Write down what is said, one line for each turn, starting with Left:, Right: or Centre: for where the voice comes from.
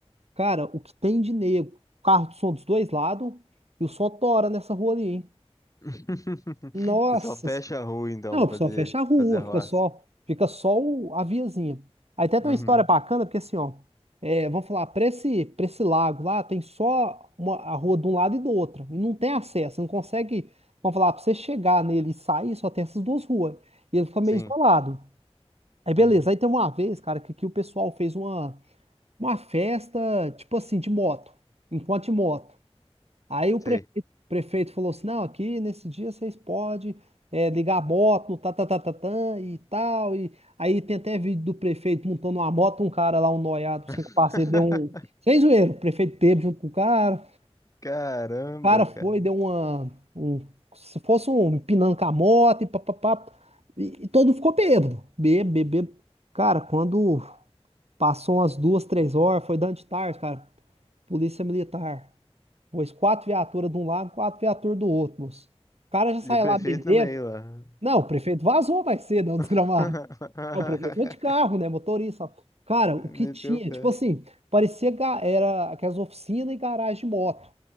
Right: Cara, o que tem de nego? Carro de som dos dois lados e o som tora nessa rua ali, hein?
Left: <laughs>
Right: Nossa!
Left: O pessoal fecha a rua então
Right: Não,
Left: pra
Right: o
Left: fazer,
Right: pessoal fecha a rua,
Left: fazer arruaça.
Right: fica só, fica só o- a viazinha. Aí até
Left: Uhum.
Right: tem uma história bacana, porque assim, ó, é, vamos falar, para esse, para esse lago lá, tem só uma, a rua de um lado e do outro, e não tem acesso, você não consegue, vamos falar, para você chegar nele e sair, só tem essas duas ruas, e ele fica meio
Left: Sim.
Right: isolado. Aí beleza,
Left: Uhum.
Right: aí tem uma vez, cara, que, que o pessoal fez uma, uma festa, tipo assim, de moto, enquanto de moto. Aí o
Left: Sei.
Right: prefeito, o prefeito falou assim: não, aqui nesse dia vocês podem é, ligar a moto, no tá, tá, tá, tá, tá, e tal. E aí tem até vídeo do prefeito montando uma moto, um cara lá, um noiado,
Left: <laughs>
Right: sem parceiro, deu um. Sem zoeira, o prefeito teve junto com o cara.
Left: Caramba,
Right: O cara
Left: cara.
Right: foi, deu uma. Um, se fosse um empinando com a moto e papapá. E, e todo mundo ficou bêbado. Bêbado, bêbado. Cara, quando passou umas duas, três horas, foi dando de tarde, cara. Polícia militar. Pôs quatro viaturas de um lado, quatro viaturas do outro, moço. O cara já
Left: E
Right: sai
Left: o prefeito
Right: lá bebendo.
Left: no meio lá.
Right: Não, o prefeito vazou mais cedo, é um desgramado.
Left: <laughs>
Right: Não, o prefeito foi de carro, né? Motorista. Cara,
Left: Meteu
Right: o que tinha?
Left: o pé.
Right: Tipo assim, parecia ga- era aquelas oficinas e garagem de moto.